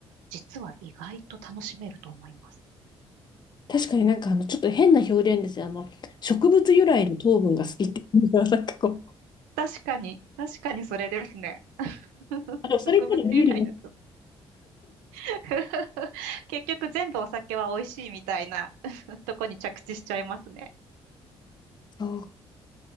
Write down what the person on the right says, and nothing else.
実は意外と楽しめると思います。
確かに、確かにそれですね。<laughs>
植物由来のと。<laughs> 結局全部お酒は美味しいみたいな <laughs> とこに着地しちゃいますね。